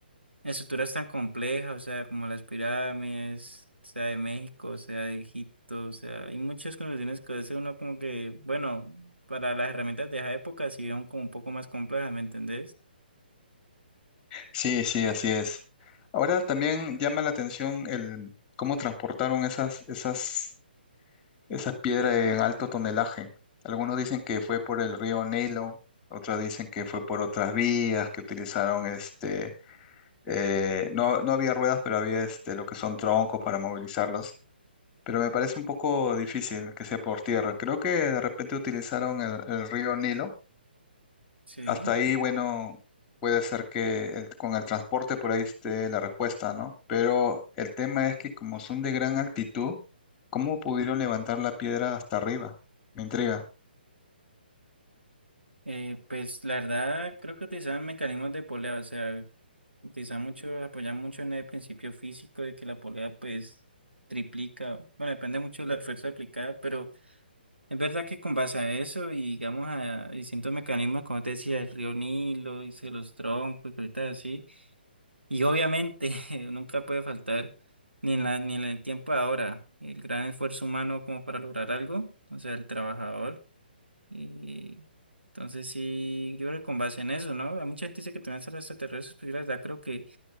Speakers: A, on the right; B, on the left.
A: estructuras tan complejas, o sea, como las pirámides, sea de México, o sea de Egipto, o sea, hay muchas construcciones que a veces uno como que, bueno, para las herramientas de esa época sí eran como un poco más complejas, ¿me entendés?
B: Sí, sí, así es. Ahora también llama la atención el cómo transportaron esas, esas, esas piedras en alto tonelaje. Algunos dicen que fue por el río Nilo, otros dicen que fue por otras vías que utilizaron este, eh, no, no había ruedas, pero había este, lo que son troncos para movilizarlos. pero me parece un poco difícil que sea por tierra. Creo que de repente utilizaron el, el río Nilo.
A: sí.
B: Hasta ahí, bueno, puede ser que el- con el transporte por ahí esté la respuesta, ¿no? Pero el tema es que como son de gran altitud, ¿cómo pudieron levantar la piedra hasta arriba? Me intriga.
A: Eh, pues la verdad creo que utilizaban mecanismos de polea, o sea, utilizaban mucho, apoyan mucho en el principio físico de que la polea pues triplica, o- bueno, depende mucho de la fuerza aplicada, pero es verdad que con base a eso y digamos a distintos mecanismos, como te decía, el río Nilo, y se los troncos y cositas así, y obviamente <laughs> nunca puede faltar ni en la, ni en el tiempo ahora, el gran esfuerzo humano como para lograr algo, o sea, el trabajador. Y entonces sí, yo creo que con base en eso, ¿no? Hay mucha gente dice que también son los extraterrestres, pero yo la verdad creo que